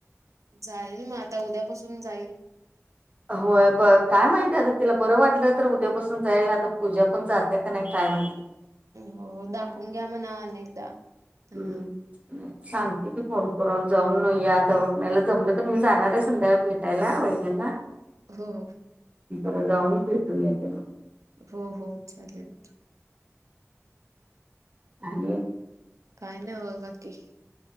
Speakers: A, on the right; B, on the right.
A: जाय मग आता उद्यापासून जाईल
B: होय ब काय माहिती आता तिला बरं वाटलं तर उद्यापासून जाईल, आता पूजा पण जात्या का नाय काय <unintelligible>
A: हो दाखवून घ्या म्हणा अनेकदा त्यांना
B: हम्म सांगते की फोन करून जाऊन न या दवाखण्या्याला जमलं तर मी जाणार आहे संध्याकाळी भेटायला वहिणींना
A: हो हो
B: रा जाऊन भेटून येते मग
A: हो हो चालेल
B: अग
A: काय नाही हों काकी